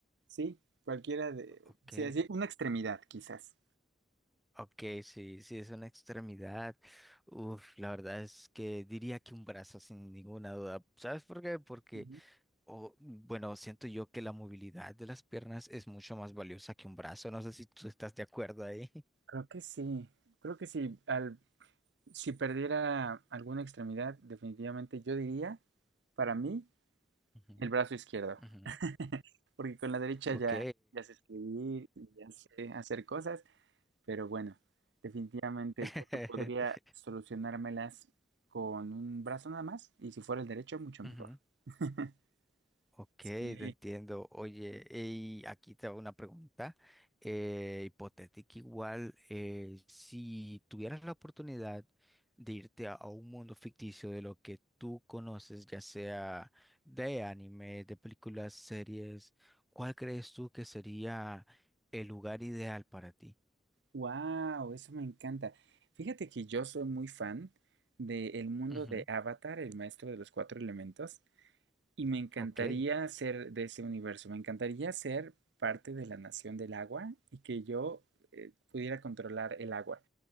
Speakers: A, on the right (about 80°); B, in the centre.
A: sí, cualquiera de,
B: Ok,
A: sí, así, una extremidad quizás.
B: ok, sí, sí, es una extremidad. Uf, la verdad es que diría que un brazo sin ninguna duda. ¿Sabes por qué? Porque,
A: ujú.
B: o bueno, siento yo que la movilidad de las piernas es mucho más valiosa que un brazo. No sé si tú estás de acuerdo ahí.
A: Creo que sí, creo que sí, al, si perdiera alguna extremidad, definitivamente yo diría, para mí,
B: <laughs>
A: el brazo izquierdo,
B: Ujú,
A: <laughs> porque con la derecha
B: Ok.
A: ya, ya sé escribir y ya sé hacer cosas, Pero bueno, definitivamente
B: <laughs>
A: creo que podría solucionármelas con un brazo nada más y si fuera el derecho, mucho
B: ujú.
A: mejor. <laughs>
B: Ok,
A: Sí.
B: te entiendo. Oye, y aquí te hago una pregunta eh, hipotética igual. eh, si tuvieras la oportunidad de irte a, a un mundo ficticio de lo que tú conoces, ya sea de anime, de películas, series, ¿cuál crees tú que sería el lugar ideal para ti?
A: Wow, eso me encanta. Fíjate que yo soy muy fan del mundo
B: Ujú.
A: de Avatar, el maestro de los cuatro elementos, y me encantaría
B: Ok,
A: ser de ese universo. Me encantaría ser parte de la nación del agua y que yo eh, pudiera controlar el agua.